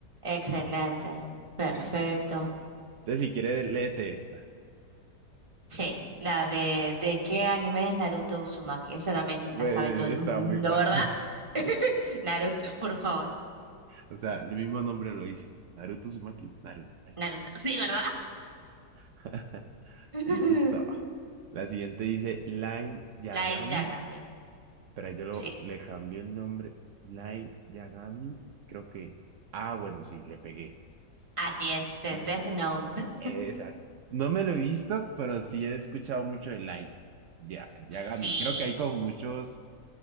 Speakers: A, on the right (about 20°); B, on the right (about 85°).
A: Excelente. Perfecto.
B: Listo. Entonces, si quieres, léete esta.
A: Sí, la de, de qué anime es Naruto Uzumaki. Esa también
B: Bueno,
A: la sabe todo el
B: está
A: mundo,
B: muy fácil.
A: ¿verdad?
B: <laughs>
A: <laughs> Naruto, por favor.
B: O sea, el mismo nombre lo dice. Naruto Uzumaki, Naruto.
A: Naruto, sí, ¿verdad?
B: <laughs>
A: <laughs>
B: Listo. La siguiente dice Line Yagami
A: Light Yagami.
B: Pero ahí yo lo,
A: Sí,
B: le cambié el nombre. Light Yagami, creo que. Ah, bueno, sí, le pegué.
A: así es, de
B: Mm,
A: Death Note.
B: Exacto. No me lo he visto, pero sí he escuchado mucho de Light Ya, Yagami.
A: Sí,
B: Creo que hay como muchos,